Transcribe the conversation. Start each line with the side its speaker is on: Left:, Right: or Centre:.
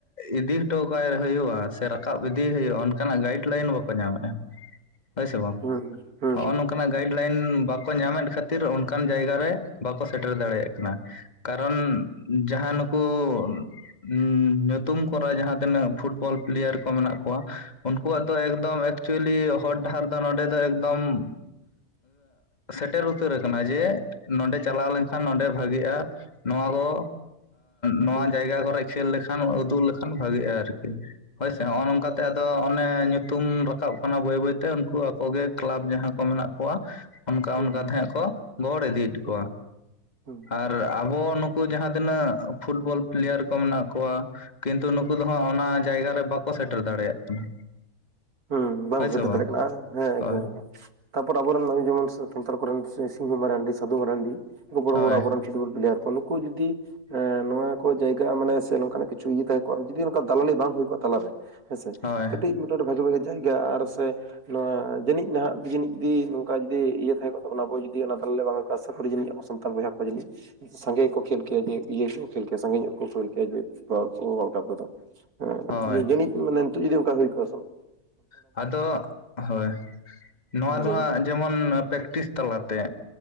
Left: ᱤᱫᱤ ᱦᱚᱴᱚ ᱠᱟᱭ ᱦᱩᱭᱩᱜᱼᱟ ᱥᱮ ᱨᱟᱠᱟᱵ ᱤᱫᱤᱭᱮ ᱦᱩᱭᱩᱜᱼᱟ ᱚᱱᱠᱟᱱᱟᱜ ᱜᱟᱭᱤᱰ ᱞᱟᱭᱤᱱ ᱵᱟᱠᱚ ᱧᱟᱢᱮᱫᱼᱟ
Right: <inaudible>
Left: ᱾ ᱦᱳᱭ ᱥᱮ ᱵᱟᱝ
Right: ᱦᱩᱸ ᱦᱩᱸ ᱦᱩᱸ
Left: ᱱᱚᱜ ᱱᱚᱝ ᱞᱟᱭᱤᱱ ᱵᱟᱠᱚ ᱧᱟᱢᱮᱫ ᱠᱷᱟᱹᱛᱤᱨ ᱚᱱᱠᱟᱱ ᱡᱟᱭᱜᱟ ᱨᱮ ᱵᱟᱠᱚ ᱥᱮᱴᱮᱨ ᱫᱟᱲᱮᱭᱟᱜ ᱠᱟᱱᱟ ᱾ ᱠᱟᱨᱚᱱ ᱡᱟᱦᱟᱸ ᱱᱩᱠᱩ, ᱧᱩᱛᱩᱢ ᱠᱚᱨᱟ ᱡᱟᱦᱟᱸ ᱛᱤᱱᱟᱹᱜ ᱯᱷᱩᱴᱵᱚᱞ ᱯᱞᱮᱭᱟᱨ ᱠᱚ ᱢᱮᱱᱟᱜ ᱠᱚᱣᱟ᱾ ᱩᱱᱠᱩᱣᱟᱜ ᱫᱚ ᱮᱠᱫᱚᱢ ᱮᱠᱪᱩᱭᱮᱞᱤ ᱦᱚᱨ ᱰᱟᱦᱟᱨ ᱫᱚ ᱱᱚᱰᱮ ᱫᱚ ᱮᱠᱫᱚᱢ ᱥᱮᱴᱮᱨ ᱩᱛᱟᱹᱨ ᱠᱟᱱᱟ ᱡᱮ, ᱱᱚᱸᱰᱮ ᱪᱟᱞᱟᱣ ᱞᱮᱱᱠᱷᱟᱱ ᱱᱚᱰᱮ ᱵᱷᱟᱜᱤᱜᱼᱟ᱾ ᱱᱚᱣᱟ ᱠᱚ ᱱᱚᱣᱟ
Right: ᱦᱩᱸ
Left: ᱡᱟᱭᱜᱟ ᱠᱚᱨᱮ ᱠᱷᱮᱞ ᱞᱮᱠᱷᱟᱱ ᱠᱷᱟᱱ ᱩᱫᱩᱜ ᱞᱮᱠᱷᱟᱱ ᱵᱷᱟᱜᱤᱜᱼᱟ ᱟᱨᱠᱤ ᱾ ᱦᱳᱭᱥᱮ ᱱᱚᱜᱼᱚ ᱱᱚᱝᱠᱟᱛᱮ ᱟᱫᱚ ᱚᱱᱮ ᱧᱩᱛᱩᱢ ᱨᱟᱠᱟᱵ ᱠᱟᱱᱟ ᱵᱟᱹᱭ ᱵᱟᱹᱭᱛᱮ, ᱩᱱᱠᱩ ᱟᱠᱚᱜᱮ ᱠᱞᱟᱵᱽ ᱡᱟᱦᱟᱸ ᱢᱮᱱᱟᱜ ᱠᱚᱣᱟ, ᱚᱱᱠᱟ
Right: ᱦᱩᱸ
Left: ᱚᱱᱠᱟ ᱛᱟᱦᱮᱸᱜ ᱠᱚ ᱜᱚᱲ ᱤᱫᱤᱭᱮᱫ
Right: ᱦᱩᱸ
Left: ᱠᱚᱣᱟ
Right: ᱦᱩᱸ
Left: ᱾ᱟᱨ ᱟᱨ ᱟᱵᱚ ᱱᱩᱠᱩ ᱡᱟᱦᱟᱸ ᱛᱤᱱᱟᱹᱜ, ᱯᱷᱩᱴᱵᱚᱞ ᱯᱞᱮᱭᱟᱨ ᱠᱚ ᱢᱮᱱᱟᱜ ᱠᱚᱣᱟ᱾ ᱠᱤᱱᱛᱩ ᱱᱩᱠᱩ ᱫᱚ ᱦᱟᱸᱜ ᱚᱱᱟ ᱡᱟᱭᱜᱟᱟᱨ ᱨᱮ ᱵᱟᱠᱚ ᱥᱮᱴᱮᱨ ᱫᱟᱲᱮᱭᱟᱜ ᱠᱟᱱᱟ᱾
Right: ᱦᱩᱸ <unintelligible> ᱫᱟᱲᱮᱭᱟᱜ
Left: ᱦᱳᱭ ᱥᱮ ᱵᱟᱝ
Right: ᱠᱟᱱᱟ ᱦᱮᱸ ᱮᱠᱫᱚᱢ
Left: ᱦᱳᱭ
Right: ᱮᱠᱫᱚᱢ᱾ ᱛᱟᱯᱚᱨ ᱟᱵᱮᱱ ᱡᱮᱢᱚᱱ ᱥᱟᱱᱛᱟᱨ ᱠᱚ ᱨᱮᱱ ᱥᱤᱝᱦᱩ ᱢᱟᱨᱟᱱᱰᱤ ᱥᱟᱫᱩ ᱢᱟᱨᱟᱱᱰᱤ ᱮ ᱵᱚᱲᱚᱲᱚ
Left: ᱦᱳᱭ
Right: ᱟᱵᱚᱨ ᱨᱮᱱ ᱯᱷᱩᱴᱵᱚᱞ ᱯᱮᱭᱟᱨ ᱠᱚ, ᱱᱩᱠᱩ ᱡᱚᱫᱤ ᱮᱸ ᱱᱚᱣᱟ ᱠᱚ ᱡᱟᱭᱜᱟ ᱢᱟᱱᱮ ᱥᱮ ᱱᱚᱝᱠᱟᱱᱟᱜ ᱠᱤᱪᱷᱩ ᱤᱭᱟᱹ ᱛᱟᱦᱮᱸ ᱠᱚᱜᱼᱟ, ᱡᱩᱫᱤ ᱱᱚᱝᱠᱟ ᱫᱟᱞᱟᱞᱤ ᱵᱟᱝ ᱦᱩᱭ ᱠᱚᱜᱼᱟ ᱛᱟᱞᱟᱨᱮ ᱦᱮᱸᱥᱮ
Left: ᱦᱳᱭ
Right: ᱠᱟᱹᱴᱤᱡ ᱢᱤᱫᱴᱟ ᱡᱤᱫᱴᱟ ᱵᱷᱟᱜᱤ ᱵᱷᱟᱜᱤ ᱡᱟᱭᱜᱟ ᱟᱨ ᱥᱮ, ᱱᱚᱣᱟ ᱡᱟᱹᱱᱤᱡᱟᱸ ᱡᱤᱡ ᱡᱩᱤ ᱱᱚᱝᱠᱟ ᱡᱩᱫᱤ ᱤᱭᱟᱹ ᱛᱟᱦᱮᱸ ᱠᱚᱜ ᱛᱟᱵᱱᱟ, ᱟᱵᱚ ᱡᱩᱫᱤ ᱚᱱᱟ ᱛᱟᱞᱮ ᱵᱟᱝ ᱦᱩᱭᱩᱜ ᱠᱚᱜᱼᱟ᱾ ᱟᱥᱟ ᱠᱚᱨᱤ ᱟᱵᱚ ᱥᱟᱱᱛ ᱵᱚᱭᱦᱟ ᱠᱚ ᱡᱟᱹᱱᱤᱡ ᱥᱟᱸᱜᱮ ᱜᱮ ᱠᱚᱠᱚ ᱠᱷᱮᱞ ᱠᱮᱭᱟ ᱡᱮ, ᱤᱭᱟᱹ ᱜᱮᱠᱚ ᱠᱷᱮᱞ ᱠᱮᱭᱟ ᱥᱟᱸᱜᱮ ᱧᱚᱜ ᱠᱚ ᱠᱷᱮᱞ ᱠᱮᱭᱟ ᱡᱮ ᱯᱷᱴᱵ ᱣᱟᱨᱞᱰ ᱠᱟᱯ ᱨᱮᱫᱚ
Left: ᱦᱳᱭ
Right: ᱦᱮᱸ ᱡᱟᱹᱱᱤᱡ, ᱢᱟᱱᱮ ᱱᱤᱛᱚᱜ ᱡᱩᱫᱤ ᱚᱱᱠᱟ ᱦᱩᱭ ᱠᱚᱜᱼᱟ ᱾
Left: ᱟᱫᱚ ᱦᱳᱭ᱾ ᱱᱚᱣᱟ ᱫᱚ
Right: ᱞᱟᱹᱭᱟ
Left: ᱦᱟᱸᱜ ᱡᱮᱢᱚᱱ ᱯᱮᱠᱴᱤᱥ ᱛᱟᱞᱟᱛᱮ,